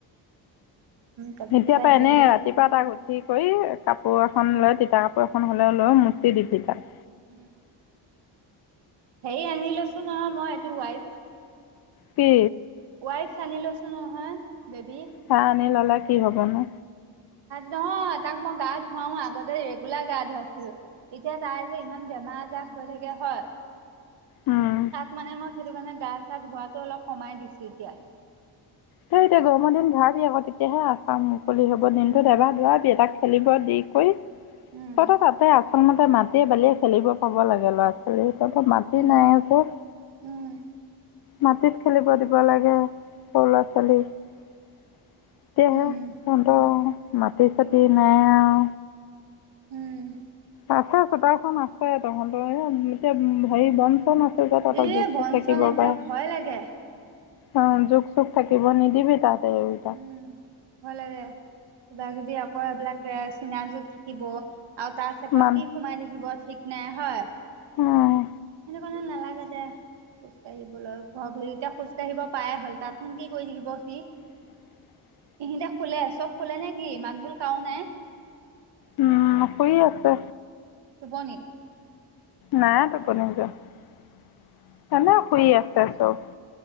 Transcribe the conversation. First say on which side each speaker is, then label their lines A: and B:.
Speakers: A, on the right; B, on the left.
A: তাৰপিছতে
B: এতিয়া পা
A: হেৰি
B: এনে ৰাতিপুৱা তাক উঠি কৰি কাপোৰ এখন লৈ তিতা কাপোৰ এখন হ'লেও লৈ মু্চি দিবি তাক।
A: উম। হেৰি আনি লৈছো নহয় মই এইটো ৱাইপচ।
B: কি?
A: ৱাইফস্পচ আনি লৈছো নহয় বেবী।
B: সেয়া আনি ল'লে কি হ'বনো?
A: নহয় তাক মই গা ধুৱাও আগতে ৰেগুলাৰ গা ধুৱাইছিলো। এতিয়া তাই যে ইমান বেমাৰ আজাৰ হৈ থাকে হয়।
B: উম,
A: তাক মানে মই সেইটো কাৰণে গা চা ধোৱাাতো অলপ কমাই দিছো এতিয়া।
B: তেওঁ এতিয়া গৰমৰ দিন ধুৱাবি আকৌ তেতিয়াহে আহ পাহ‌ মুকলি হ'ব দিনটোত এবাৰ ধুৱাবি তাক খেলিব দি কৰি তহঁতক
A: উম
B: তাতে আচলতে মাটিয়ে বালিয়ে খেলিব পাব লাগে ল'ৰা‌ ছোৱা তহঁতৰ মাতি
A: উম
B: নাই আৰু চব
A: উম
B: মাটিত খেলিব দিব লাগে সৰু ল'ৰা ছোৱালী। তেতিয়াহে
A: উম
B: তহঁতৰ মাটি চাতি নাই আৰু।
A: উম।
B: আছে চোতালখন আছে তহঁতৰ এয়া এতিয়া হেৰি বন চন আছ <unintelligible>
A: এ
B: জোক
A: বন
B: চুক থাকিব
A: চন এতিয়া
B: পাৰে।
A: ভয় লাগে
B: অ', জোক চুক থাকিব নিদিবি তাতে <unintelligible>
A: উম ভয় লাগে কিবা কিবি আকৌ এইবিলাক চিনা জুক থাকিব। আৰু তাৰ চেপত
B: মান
A: কি সোমাই থাকিব ঠিক নাই হয়।
B: অঁ
A: এই নালাগে দে খোজকাঢ়িবলৈ ঘ হেৰি এতিয়া খোজকাঢ়িব পাই হ'ল তাত নো কি কৰি থাকিব সি
B: <inaudible>
A: ইহিতে শুলে চব শুলে নে কি মাত বোল কাও নাই।
B: উম শুই আছে।
A: টোপনি
B: নাই টোপনি যোৱা এনে শুই আছে চব।